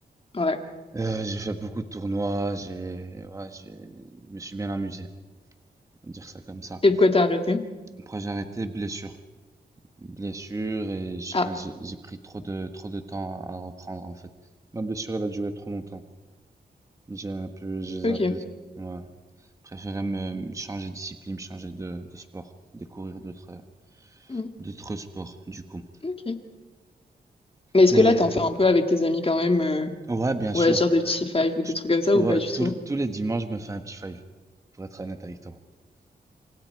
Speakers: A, on the left; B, on the right.
A: Ouais.
B: Euh, j'ai fait beaucoup de tournois, j'ai ouais, j'ai je me suis bien amusé, on va dire ça comme ça.
A: Et pourquoi t'as arrêté?
B: Après j'ai arrêté blessure. Blessure et j'-
A: Ah,
B: enfin j'ai j'ai pris trop de trop de temps à reprendre en fait. Ma blessure elle a duré trop longtemps. J'ai un peu j'ai
A: ok.
B: zappé. Ouais. préférais me changer de discipline, me changer de, de sport, découvrir d'autres
A: Mm,
B: d'autres sports du coup.
A: ok. Mais est-ce
B: Et
A: que là, t'en fais un peu avec tes amis quand même? euh,
B: ouais, bien sûr,
A: ouais, dire
B: t-
A: des petits fives ou des trucs comme ça
B: tout-
A: ou
B: ouais,
A: pas du tout?
B: tous les tous les dimanches, je me fais un petit five, pour être honnête avec toi.